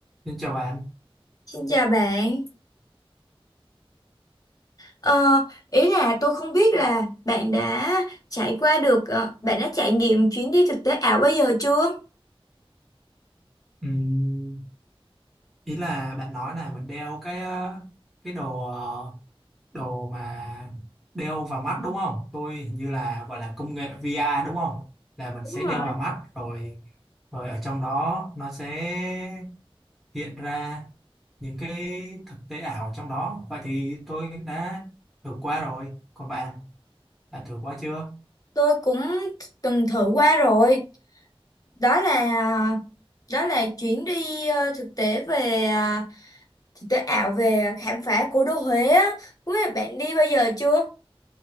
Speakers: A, in the centre; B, on the left.
A: Xin chào bạn.
B: Xin chào bạn. Ờ, ý là tôi không biết là bạn đã trải qua được, ờ, bạn đã trải nghiệm chuyến đi thực tế ảo bao giờ chưa?
A: Ừm, ý là bạn nói là mình đeo cái ờ, cái đồ ờ, đồ mà đeo vào mắt đúng không? Tôi hình như là gọi là công nghệ VR đúng không? Là mình
B: Đúng
A: sẽ đeo
B: rồi.
A: vào mắt rồi rồi ở trong đó nó sẽ hiện ra những cái thực tế ảo trong đó. Vậy thì tôi đã thử qua rồi. Còn bạn, bạn thử qua chưa?
B: Tôi cũng từng thử qua rồi. Đó là đó là chuyến đi ờ, thực tế về ờ, thực tế ảo về khám phá cố đô Huế á. Không biết là bạn đi bao giờ chưa?